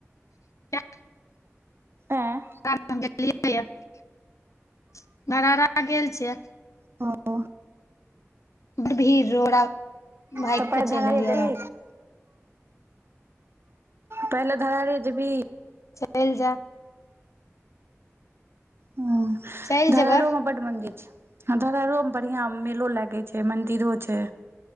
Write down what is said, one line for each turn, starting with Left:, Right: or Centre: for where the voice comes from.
Left: <inaudible>
Right: ऐय
Left: <inaudible> धरहारा गेल छियै
Right: हँ
Left: बड भीड़ोड़ा भाइक
Right: तऽ पहिले
Left: के चलि
Right: धरहरे
Left: एलियै।
Right: जेबही पहिले धरा रहे जे भी।
Left: चलि जाय।
Right: हू
Left: चलि
Right: धर
Left: जेबै
Right: रो मऽ बड मंदिर छै धरहरो में बढ़िया मेलो लागे छै मंदिरो छै।